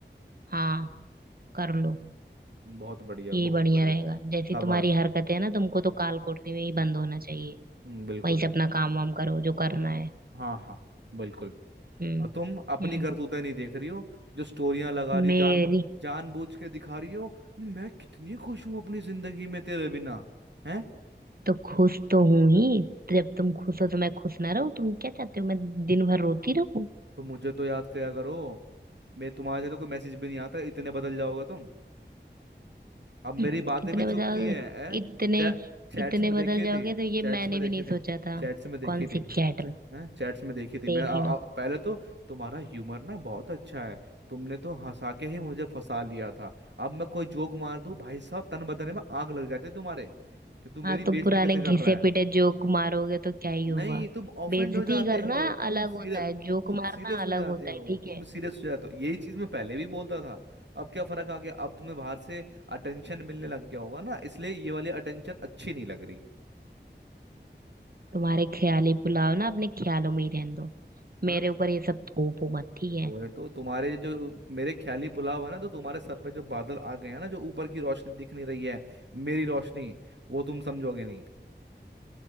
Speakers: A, on the right; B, on the right.
A: हाँ कर लो
B: बहुत बढ़िया
A: यही
B: बहुत
A: बढ़िया
B: बढ़िया
A: रहेगा
B: शाबाश
A: जैसी तुम्हारी हरकत है ना तुमको तो काल कोठरी में ही बंद होना चाहिए
B: हम्म, बिल्कुल
A: वहीं से अपना काम वाम करो जो करना है
B: हाँ हाँ बिल्कुल
A: हम्म
B: और तुम अपनी
A: हम्म
B: करतूतें नहीं देख रही हो जो स्टोरियां लगा रही
A: मेरी
B: हो जान जानबूझ के दिखा रही हो मैं कितनी खुश हूँ अपनी जिंदगी में तेरे बिना हैं
A: तो खुश तो हूं ही जब तुम खुश हो तो मैं खुश ना रहूं तुम क्या चाहते हो मैं दिन भर रोती रहूं
B: तो मुझे तो याद किया करो मैं तुम्हारे से तो कोई मैसेज भी नहीं आता इतने बदल जाओगे तुम अब मेरी
A: इतने
B: बातें भी चुपती
A: बदल
B: है,
A: इतने
B: है? चैट्स
A: इतने
B: में
A: बदल
B: देखी
A: जाओगे
B: थी
A: तो ये
B: चैट्स
A: मैंने
B: में देखे
A: भी नहीं
B: थे
A: सोचा था
B: चैट्स में देखी
A: कौन सी
B: थी
A: चैट में
B: हैं चैट्स में देखी थी
A: देख
B: मैं आ, आ,
A: लो
B: पहले तो तुम्हारा ह्यूमर ना बहुत अच्छा है तुमने तो हंसा के ही मुझे फंसा लिया था अब मैं कोई जोक मार दूं भाई साहब तन बदन में आग लग जाती है तुम्हारे कि तू मेरी
A: हाँ तो
B: बेइज्जती
A: पुराने
B: कैसे
A: घिसे
B: कर रहा
A: पिटे जोक मारोगे तो क्या ही होगा
B: नहीं तुम ऑफेंड
A: बेइज्जती
B: हो जाते
A: करना
B: हो तुम
A: अलग
B: सीर
A: होता है जोक
B: तुम सीरियस
A: मारना अलग
B: हो जाते
A: होता
B: हो
A: है ठीक
B: तुम
A: है
B: सीरियस हो जाते हो यही चीज मैं पहले भी बोलता था अब क्या फर्क आ गया अब तुम्हें बाहर से अटेंशन मिलने लग गया होगा ना इसलिए ये वाली अटेंशन अच्छी नहीं लग रही
A: तुम्हारे ख्याली पुलाव ना अपने ख्यालों में ही रहने दो
B: हाँ
A: मेरे ऊपर ये सब थोपो मत ठीक है
B: वो तो तुम्हारे जो मेरे ख्याली पुलाव है ना तो तुम्हारे सर पे जो बादल आ गए हैं ना जो ऊपर की रोशनी दिख नहीं रही है मेरी रोशनी वो तुम समझोगे नहीं